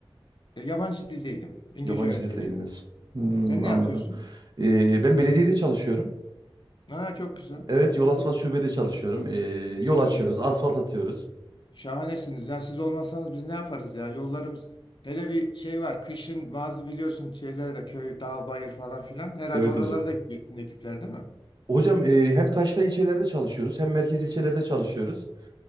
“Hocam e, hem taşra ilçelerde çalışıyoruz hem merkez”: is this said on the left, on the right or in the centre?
Right